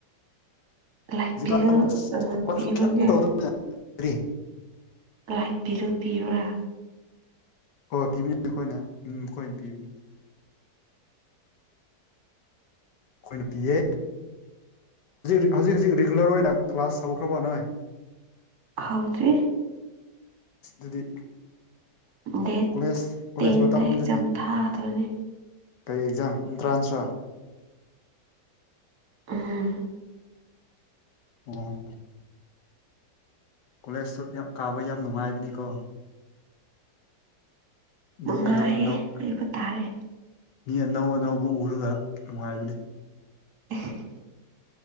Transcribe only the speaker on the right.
ꯂꯥꯏꯠ
ꯕꯤꯜ
ꯄꯤꯕ꯭ꯔꯅꯦ
ꯃꯥꯏꯛ ꯤꯒꯜ ꯄꯤꯌꯨꯔꯥ
ꯍꯥꯎꯗ꯭ꯔꯔꯤ
ꯗꯦꯠ
ꯇꯦꯟꯗ
ꯑꯦꯛꯖꯥꯝ ꯊꯥꯗꯣꯏꯅꯤ
ꯎꯝ
ꯅꯨꯡꯉꯥꯏꯌꯦ ꯍꯥꯏꯕ ꯇꯥꯔꯦ
<inaudible>